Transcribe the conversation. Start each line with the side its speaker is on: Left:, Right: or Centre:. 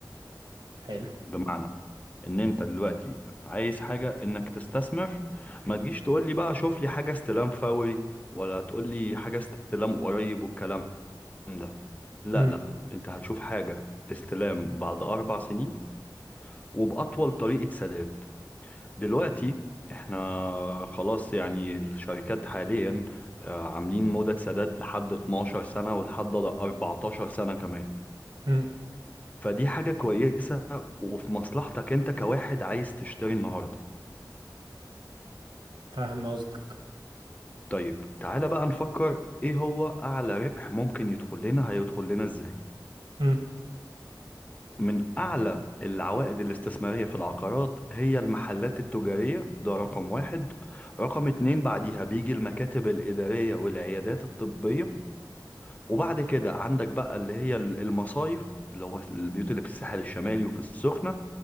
Right: حلو
Left: بمعنى ان انت دلوقتي عايز حاجة انك تستثمر ما تجيش تقول لي بقى شوف لي حاجة استلام فوري ولا تقول لي حاجة استلام قريب والكلام ده لا
Right: امم
Left: لا انت هتشوف حاجة استلام بعد أربع سنين وبأطول طريقة سداد دلوقتي احنا خلاص يعني الشركات حاليا آه، عاملين مدة سداد لحد 12 سنة ولحد 14 سنة كمان
Right: امم
Left: فدي حاجة كويسة وفي مصلحتك انت كواحد عايز تشتري النهاردة
Right: فاهم قصدك
Left: طيب تعالى بقى نفكر ايه هو أعلى ربح ممكن يدخل لنا هيدخل لنا ازاي
Right: امم
Left: من أعلى العوائد الاستثمارية في العقارات هي المحلات التجارية ده رقم واحد رقم اتنين بعديها بيجي المكاتب الإدارية والعيادات الطبية وبعد كده عندك بقى اللي هي ال- المصايف اللي هو البيوت اللي في الساحل الشمالي وفي السخنة